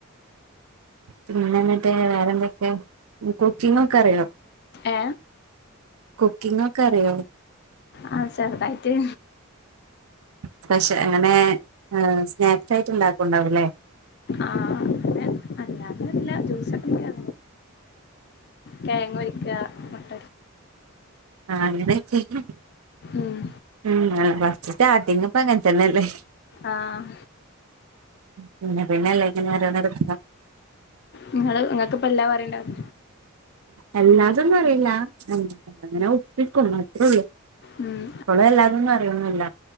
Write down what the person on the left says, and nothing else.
ഏ
ആഹ ചെറുതായിട്ട്.
ആ ങ്ങെ അല്ല അതെല്ല ജ്യൂസിക്ക ഇണ്ടാ തേങ്ങ ഒലിക്ക മുട്ട
ഉം
ആഹ
നിങ്ങള് നിങ്ങക്ക് ഇപ്പ എല്ലാം അറിയാണ്ടാവും.
ഉം